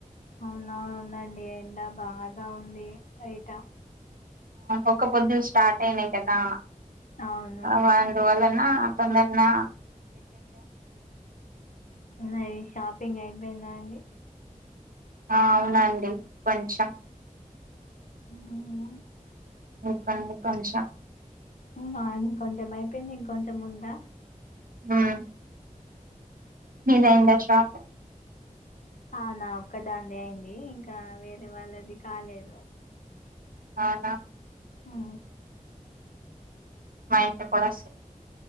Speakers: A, on the left; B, on the right.
A: అవునా అవునండి ఎండ బాగా ఉంది బయట
B: ఒక్క పొద్దులు స్టార్ట్ అయినయి కదా
A: అవును
B: ఆహా అందువలన తొందర్నా
A: నాయి షాప్ పింగ్ అయిపోయిందా అండి
B: ఆ అవునండి కొంచెం
A: అవునా
B: ఇంకుంది కొంచెం
A: ఉందా కొంచెం అయిపోయింది ఇం కొంచెం ఉందా
B: హ్మ్ డిజైన్ ద షాప్
A: అవునా ఒక్కదాన్ది అయింది ఇంకా వేరే వాళ్ళది కాలేదు
B: అవునా
A: హ్
B: మా ఇంట్లో కూడా సె